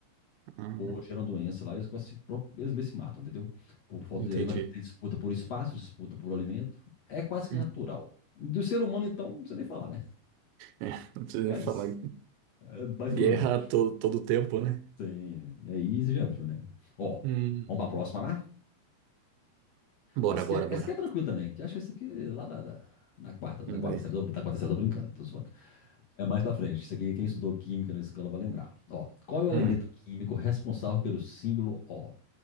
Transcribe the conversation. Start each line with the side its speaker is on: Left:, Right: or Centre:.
Right: ah,
Left: Ou geram doença lá e eles, começam a se, pro- eles mesmos se matam, entendeu? Por falta
Right: entendi.
Left: de, aí vai ter disputa por espaço, disputa por alimento. É quase que
Right: Hum,
Left: natural. Do ser humano, então, não precisa nem falar, né?
Right: É, <laughs> não precisa nem
Left: Mas
Right: falar.
Left: é mais
Right: Guerra
Left: problemático.
Right: to, todo tempo, né?
Left: Sim, aí você já viu, né? Ó,
Right: Uhum.
Left: vamos pra próxima lá?
Right: Bora,
Left: Essa aqui
Right: bora,
Left: é, essa
Right: bora.
Left: aqui é tranquila também, que acho que essa aqui lá da, da- na quarta, da
Right: Lembrei.
Left: quarta série, tô- da quarta série, tô brincando, tô zoando. É mais pra frente. Isso aqui, quem estudou química na escola vai lembrar. Ó, qual é o elemento
Right: Hum,
Left: químico
Right: <laughs>
Left: responsável pelo símbolo O?